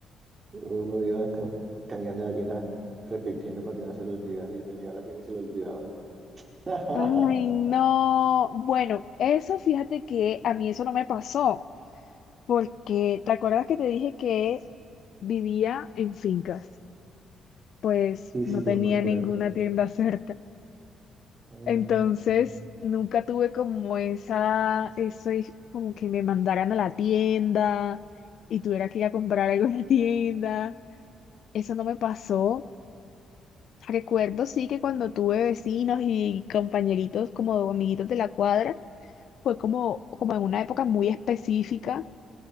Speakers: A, on the right (about 30°); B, on the left (about 65°).
A: uno iba ca- caminando a la tienda repitiendo para que no se lo olvidara y no llegaba a la tienda y se lo olvidaba. <laughs>
B: Ay, no. Bueno, eso fíjate que a mí eso no me pasó, porque ¿te acuerdas que te dije que vivía en fincas? Pues
A: Y
B: no
A: sí,
B: tenía
A: yo me acuerdo.
B: ninguna tienda cerca.
A: Mm,
B: Entonces, nunca tuve como esa, eso es como que me mandaran a la tienda y tuviera que ir a comprar algo en la tienda. Eso no me pasó. Recuerdo sí que cuando tuve vecinos y compañeritos como amiguitos de la cuadra, fue como, como en una época muy específica.